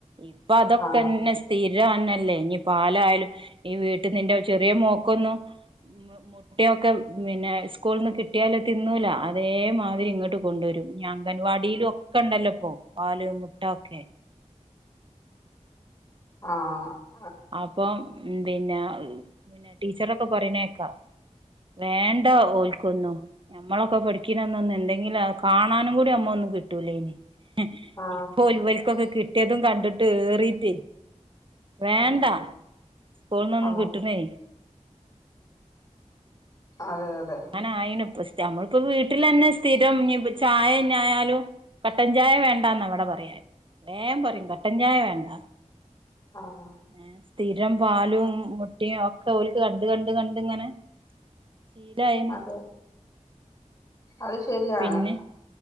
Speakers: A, on the right; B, on the left.
A: ഇപ്പൊ അതൊക്കെന്നെ
B: ആ
A: സ്ഥിരന്നല്ലേ ഇനി പാലായലും ഈ വീട്ടി നിന്റെ ചെറിയ മോക്കൊന്നും മോ മോൾക്ക് കുട്ടിയോക്ക് മിന്നെ സ്കൂളിൽന്ന് കിട്ടിയാല് തിന്നൂല അതേമാതിരി ഇങ്ങോട്ട് കൊണ്ടുവരും ഞ അങ്കൻവാടിലും ഒക്കെ ഒക്കെണ്ടല്ലോ പ്പോ പാല് മുട്ട ഒക്കെ
B: ആഹ്
A: അപ്പോം പിന്നാആ് പിന്നെ ടീച്ചറൊക്കെ പറയണേക്കാം വേണ്ട ഓൽക്കൊന്നും ഞമ്മളൊക്കെ പഠിക്കണന്നൊന്നന്ന് എന്തെങ്കിലും ആക്ക് കാണാനും കൂടി അമ്മൊ ഒന്നും കിട്ടൂലായിനിം
B: ആ
A: ഇപ്പൊ ഇവർക്കൊക്കെ കിട്ടിയതും കണ്ടിട്ട് ഏറീറ്റെ വേണ്ട
B: അതെ
A: സ്കൂളിന്നൊന്നും
B: ആ
A: കിട്ടുണേ
B: അതെ അതെ
A: ആഹ് അയിനിപ്പഷ്ടാ നമ്മളിപ്പോ വീട്ടിലന്നെ സ്ഥിരം ഇഞ് പ്പ ചായന്നെ ആയാലും കട്ടൻ ചായ വേണ്ടാന്ന ഇവിടെ പറയാൻ വേം പറയും കട്ടൻ ചായ വേണ്ട
B: ആഹ്
A: ഏഹ് സ്ഥിരം പാലും മുട്ടയും ഓക്കെ ഓല്ക്ക് കണ്ട് കണ്ട് കണ്ട് ഇങ്ങനെ ശീലായന്
B: അതെ അത് ശരിയാണ്
A: പിന്നെ